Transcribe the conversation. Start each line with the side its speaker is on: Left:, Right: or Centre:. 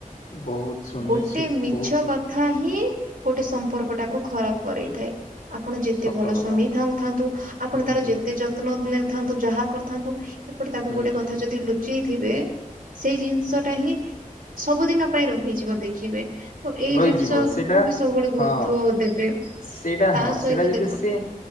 Left: ବହୁତ ସୁନିଶ୍ଚିତ
Right: ଗୋଟେ ମିଛ
Left: ବହୁତ
Right: କଥା ହିଁ ଗୋଟେ ସମ୍ପର୍କ ଟାକୁ ଖରାପ କରେଇଥାଏ। ଆପଣ ଯେତେ
Left: ସତ
Right: ଭଲ
Left: କଥା
Right: ସ୍ଵାମୀ ଥାଉଁ ଥାନ୍ତୁ ଆପଣ
Left: ହୁଁ
Right: ତାର
Left: ହୁଁ
Right: ଯେତେ
Left: ହୁଁ
Right: ଯତ୍ନ ନେ ଥାନ୍ତୁ ଯାହା କରିଥାନ୍ତୁ ଏପଟେ ତାକୁ
Left: ହୁଁ
Right: ଗୋଟେ କଥା
Left: ହୁଁ
Right: ଯଦି ଲୁଚେଇ ଥିବେ ସେଇ ଜିନିଷ ଟା ହିଁ ସବୁଦିନ ପାଇଁ ରହିଯିବ ଦେଖିବେ। ତ ଏଇ
Left: ରହିଯିବ
Right: ଜିନିଷ
Left: ସେଇଟା
Right: କୁ ବି ସବୁବେଳେ ଗୁରୁତ୍ବ
Left: ହଁ
Right: ଦେବେ।
Left: ସେଇଟା
Right: ତା
Left: ହଁ
Right: ସହିତ
Left: ସେଇଟା ଯଦି
Right: ଦେଖନ୍ତୁ
Left: ସେ